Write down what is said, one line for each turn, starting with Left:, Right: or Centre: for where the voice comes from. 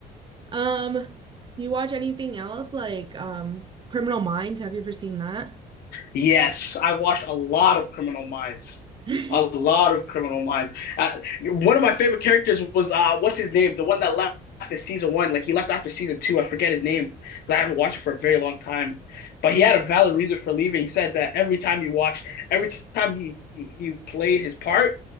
Right: Um, you watch anything else like um Criminal Minds? Have you ever seen that?
Left: Yes, I watched a lot of Criminal Minds.
Right: <laughs>
Left: A lot of Criminal Minds. Uh, one of my favorite characters was uh, what's his name? The one that left after season one. Like he left after season two. I forget his name because I haven't watched it for a very long time. But
Right: Um,
Left: he had a valid reason for leaving. He said that every time he watched, every time he he, he played his part,